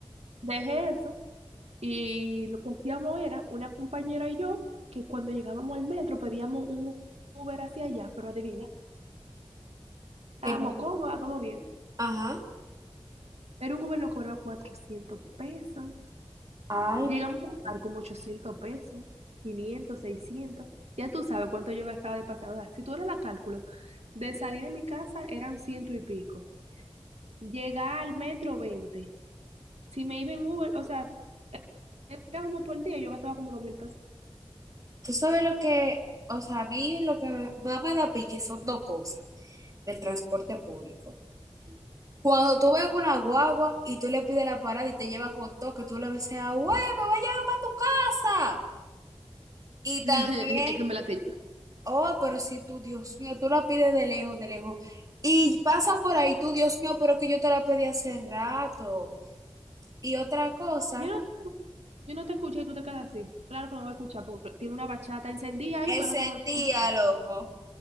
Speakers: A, on the right (about 80°); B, on the right (about 35°).
A: dejé eso y lo que hacíamos era una compañera y yo que cuando llegábamos al metro pedíamos un Uber hacia allá, pero adivina, estábamos
B: que-
A: cómodas, todo bien.
B: ajá.
A: Pero un Uber nos cobraba 400 pesos.
B: Ay,
A: Llegamos
B: padre.
A: a pagar como 800 pesos, 500 seiscientos Ya tú sabes cuánto yo gastaba de pasada. Si tú eras la cálculo, de salir de mi casa eran ciento y pico. Llegar al metro, veinte Si me iba en Uber, o sea, era como por día, yo gastaba como dos mil pesos.
B: Tú sabes lo que, o sea, a mí lo que me- más me da pique son dos cosas del transporte público. Cuando tú ves una guagua y tú le pides la parada y te lleva con todo, que tú le ves a, güey, me voy a llevar para tu casa. Y
A: <laughs>
B: también
A: Es que me la te
B: Oh, pero si tú, Dios mío, tú la pides de lejos, de lejos. Y pasan por ahí, tú, Dios mío, pero que yo te la pedí hace rato. Y otra cosa,
A: Yo no, te- yo no te escuché y tú te quedas así. Claro que no voy a escuchar porque tiene una bachata encendida ahí,
B: ese
A: que es lo que voy a
B: día,
A: escuchar.
B: loco.